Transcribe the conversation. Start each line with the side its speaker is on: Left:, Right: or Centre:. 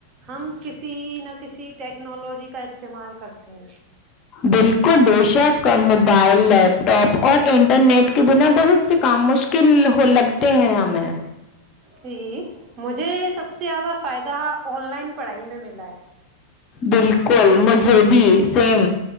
Right: ہم کسی نہ کسی ٹیکنالوجی کا استعمال کرتے ہیں
Left: بالکل بے شک موبائل لیپ ٹاپ اور انٹرنیٹ کے بنا بہت سے کام مشکل ہو لگتے ہیں ہمیں
Right: جی مجھے سب سے زیادہ فائدہ آن لائن پڑھائی میں ملا ہے
Left: بالکل مذہبی سیم